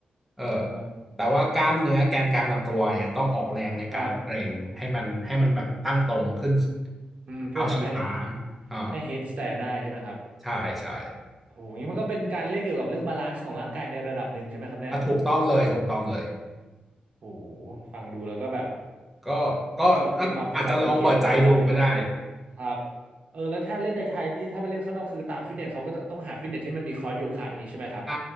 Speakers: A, in the centre; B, on the right.
A: เออ
B: เออ
A: แต่ว่ากล้ามเนื้อแกนกลางลำตัวเนี่ยต้องออกแรงในการเกร็งให้มันให้มันแบบตั้งตรงขึ้น
B: ครับอืมเพื่อทำให้
A: เท้าชี้ฟ้าอ่า
B: ให้ head stand ได้ใช่ไหมครับ
A: ใช่ใช่
B: โอ้โหนี่มันก็เป็นการเล่นเกี่ยวกับเรื่องบาลานซ์ของร่างกายในระดับหนึ่งใช่ไหมครับเนี่ย
A: อ่ะถูกต้องเลยถูกต้องเลย
B: โอ้โหฟังดูแล้วก็แบบ
A: ก็ก็อาจอาจจะลองเปิดใจดูก็ได้
B: ก็มีความ complicate อยู่ในระดับหนึ่งนะ ครับเออแล้วถ้าเล่นในไทยนี่ถ้าไปเล่นข้างนอกคือตามฟิตเนสเขาก็ต้องต้องหาฟิตเนสที่มันมีคอร์สโยคะอย่างนี้ใช่ไหมครับ
A: อ่า